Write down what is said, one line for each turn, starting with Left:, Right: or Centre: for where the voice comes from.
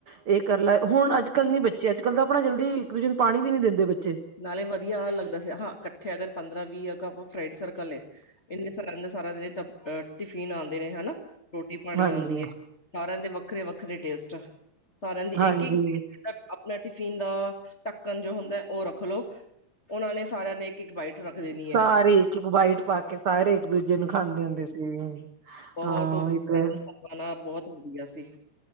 Right: ਏ ਕਰ ਲੈ, ਹੁਣ ਅੱਜ-ਕੱਲ ਨੀ ਬੱਚੇ ਅੱਜ-ਕੱਲ ਤਾਂ ਆਪਣਾ ਜਲਦੀ ਇੱਕ-ਦੂਜੇ ਨੂੰ ਪਾਣੀ ਵੀ ਨੀ ਦਿੰਦੇ ਬੱਚੇ
Left: ਨਾਲੇ ਵਧੀਆ ਲੱਗਦਾ ਸੀ, ਆਹਾ ਕੱਠੇ ਅਗਰ ਪੰਦਰਾਂ-ਵੀ ਅਗਾਂ ਫਰੈਂਡ ਸਰਕਲ ਏ ਏਨੇ ਸਾਰਾ, ਏਨੇ ਸਾਰਾ <unintelligible> ਟਿਫਿਨ ਆਦੇ ਨੇ ਹਨਾ। ਰੋਟੀ ਪਾਣੀ
Right: ਹਾਂਜੀ
Left: ਆਂਦੀ ਏ। ਸਾਰਿਆਂ ਦੇ ਵੱਖਰੇ- ਵੱਖਰੇ ਟੇਸਟ, ਸਾਰਿਆਂ ਦੀ
Right: ਹਾਂਜੀ
Left: ਇੱਕ- ਇੱਕ ਪ <unintelligible> ਆਪਣਾ ਟਿਫਿਨ ਦਾ ਢੱਕਣ ਜੋ ਹੁੰਦਾ ਉਹ ਰੱਖ ਲਓ। ਉਹਨਾਂ ਨੇ ਸਾਰਿਆਂ ਨੇ ਇੱਕ- ਇੱਕ ਬਾਈਟ, ਰੱਖ ਦੇਣੀ
Right: ਸਾਰੇ
Left: ਐ।
Right: ਇੱਕ- ਇੱਕ ਬਾਈਟ ਪਾ ਕੇ, ਸਾਰੇ ਇੱਕ- ਦੂਜੇ ਨੂੰ ਖਾਂਦੇ ਹੁੰਦੇ ਸੀ।
Left: ਬਹੁਤ
Right: ਹਾਂ
Left: ਵਧੀਆ
Right: ਉਹੀ ਤੇ
Left: ਸਪਨਾ ਬਹੁਤ ਵਧੀਆ ਸੀ।